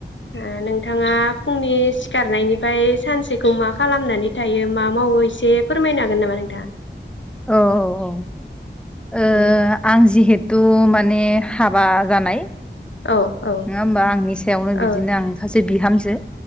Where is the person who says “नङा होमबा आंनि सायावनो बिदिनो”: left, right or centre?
Centre